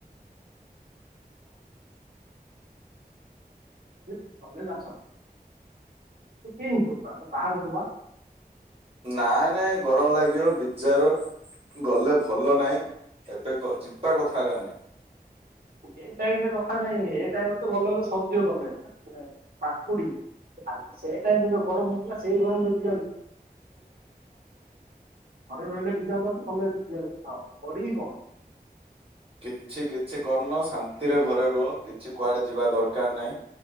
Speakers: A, on the right; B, on the right.
A: <unintelligible> <unintelligible> <unintelligible> ତୁ କୀନ୍ତି ଯିବୁ <unintelligible>
B: ନାଇଁ ନାଇଁ ଗରମ ଲାଗିବ ବିଜାର ଗଲେ ଭଲ ନାଇ ଏବେ ଯିବା କଥା ହେକା ନାହିଁ।
A: ଏଇ ଟାଇମରେ କଥା ନାହିଁ ଏ ଟାଇମରେ ତ ଭଲ ହେଲେ ସଜିବ ତମେ ପାକୁଡି। ଆ ସେ ଟାଇମରେ ଯୋଉ ଗରମ ହଉଥିଲା। ସେଇ ଗରମରେ <unintelligible> ଘରେ ରହିଲେ ବିଯାର ଲାଗୁଚି। କଲେଜ ଯିବାକୁ ଇଚ୍ଛା ହଉନି କରିବି କଣ?
B: କିଛି କିଛି କରନ ଶାନ୍ତିରେ ଘରେ ରୁହ କିଛି କୁଆଡେ ଯିବା ଦରକାର ନାହିଁ